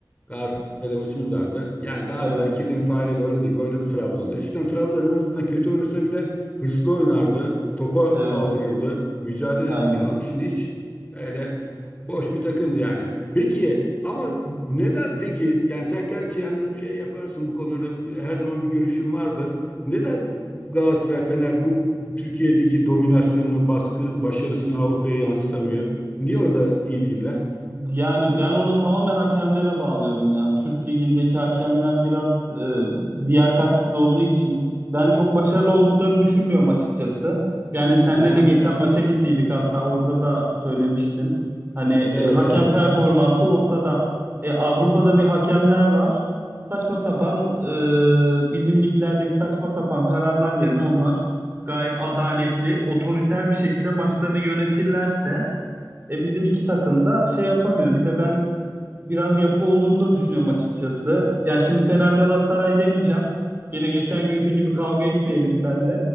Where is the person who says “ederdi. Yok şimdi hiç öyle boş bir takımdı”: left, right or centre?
Left